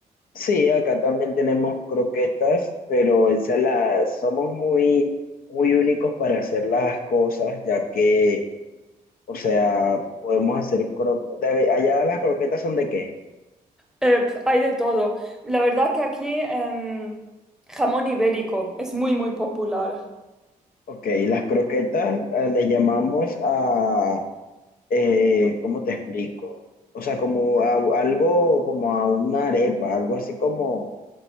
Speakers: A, on the left; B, in the centre.
A: Sí, acá también tenemos croquetas, pero esa la- somos muy, muy únicos para hacer las cosas, ya que, o sea, podemos hacer croquetas. ¿Allá las croquetas son de qué?
B: Eh, pf, hay de todo. La verdad que aquí em, jamón ibérico es muy, muy popular.
A: Ok, las croquetas eh, le llamamos a, eh, ¿cómo te explico? O sea, como a, algo, como a una arepa, algo así como